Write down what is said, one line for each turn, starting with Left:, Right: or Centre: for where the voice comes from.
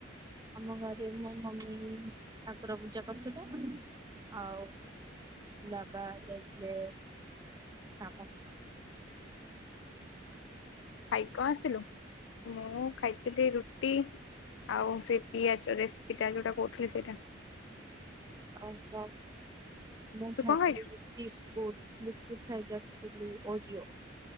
Right: ଆମ ଘରେ ମୋ ମମି ଠାକୁର ପୂଜା କରୁଥିଲା ଆଉ ବାବା ଯାଇଥିଲେ କାମ
Left: ଖାଇ କଣ ଆସିଥିଲୁ ମୁଁ ଖାଇଥିଲି ରୁଟି। ଆଉ ସେ ପିଆଜ ରେସିପି ଟା ଯୋଉଟା କହୁଥିଲି ସେଇଟା
Right: ଆଚ୍ଛା। ମୁଁ
Left: ତୁ
Right: ଖାଇଥିଲି
Left: କଣ ଖାଇଛୁ?
Right: ବିସ୍କୁୁଟ ବି ଗୁ ସାାଇକ ଆସ ଓଡିଓ